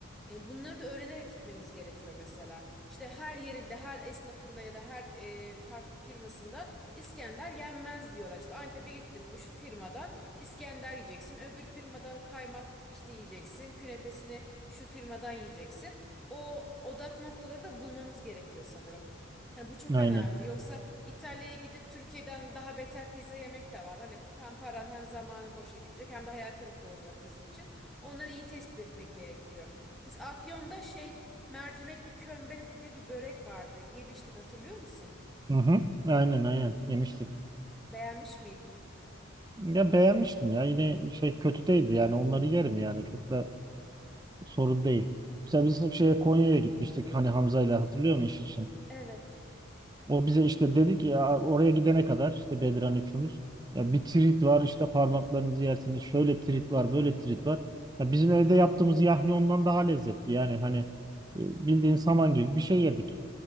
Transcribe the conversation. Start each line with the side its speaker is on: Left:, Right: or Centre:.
Centre: E, bunları da öğrenerek gitmemiz gerekiyor mesela. İşte her yerinde, her esnafında ya da her e, farklı firmasında İskender yenmez diyorlar. İşte Antep'e gittin mi şu firmadan İskender yiyeceksin. Öbür firmadan kaymak işte yiyeceksin. Künefesini şu firmadan yiyeceksin. O odak noktaları da bulmamız gerekiyor sanırım. Hani bu çok
Right: Aynen.
Centre: önemli. Yoksa İtalya'ya gidip Türkiye'den daha beter pizza yemek de var. Hani hem paran hem zamanın boşa gidecek hem de hayal kırıklığı olacak bizim için. Onları iyi tespit etmek gerekiyor. Mesela Afyon'da şey mercimekli kömbe dedikleri bir börek vardı. Yemiştik hatırlıyor musun?
Right: Hı hı. Aynen aynen yemiştik.
Centre: Beğenmiş miydin?
Right: Ya beğenmiştim ya yine şey kötü değildi yani onları yerim yani çok da sorun değil. Mesela biz şeye Konya'ya gitmiştik hani Hamza ile hatırlıyor musun iş için?
Centre: Evet.
Right: O bize işte dedik ya oraya gidene kadar işte Bedran üçümüz. Ya bir trit var işte parmaklarınızı yersiniz. Şöyle trit var, böyle trit var. Ya bizim evde yaptığımız yahni ondan daha lezzetli. Yani hani e, bildiğin saman gibi bir şey yedik.